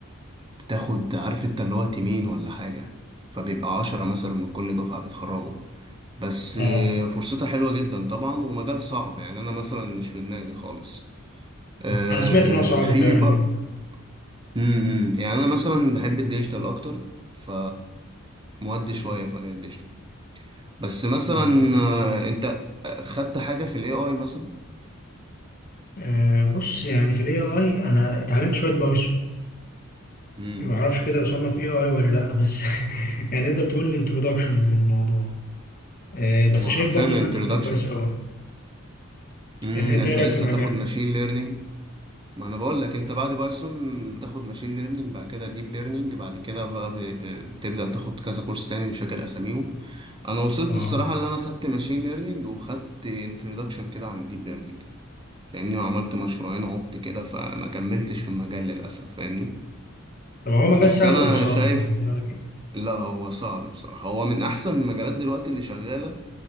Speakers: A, on the right; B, on the left.
A: بتاخد عارف انت اللي هو تيمين ولا حاجة فبيبقى عشرة مثلا من كل دفعة بيتخرجوا بس
B: اه
A: آه، فرصتها حلوة جدا طبعا ومجال صعب يعني انا مثلا مش في دماغي خالص آه،
B: انا سمعت ان هو صعب
A: في
B: فعلا
A: بر...
B: جدا
A: امم امم. يعني انا مثلا بحب الديجيتال اكتر ف مودي شويه في مجال الديجيتال بس مثلا
B: اه
A: آه، انت خدت حاجه في الاي اي مثلا
B: آه، بص يعني في الاي اي انا اتعلمت شوية بايثون
A: امم
B: ما اعرفش كده يصنف اي اي ولا لا بس <laughs> يعني تقدر تقول الانترودكشن للموضوع آه، بس
A: هو
B: شايف
A: حرفيا
B: برضو المجال
A: انترودكشن
B: ده كويس قوي
A: امم
B: انت انت
A: ده انت
B: ايه رايك
A: لسه
B: في المجال
A: تاخد ماشين
B: ده
A: ليرنينج ما انا بقول لك انت بعد بايثون تاخد ماشين ليرنينج بعد كده ديب ليرنينج بعد كده بقى ب... ب... بتبدا تاخد كذا كورس تاني مش فاكر اساميهم انا وصلت
B: اه
A: الصراحه اللي انا خدت ماشين ليرنينج وخدت انترودكشن كده عن الديب ليرنينج فاهمني وعملت مشروعين عبت كده فما كملتش في المجال للأسف فاهمني
B: طب هو مجال
A: بس
B: سهل
A: أنا
B: ولا صعب
A: شايف
B: يعني انت رايك ايه
A: لا هو صعب بصراحة هو من أحسن المجالات دلوقتي اللي شغالة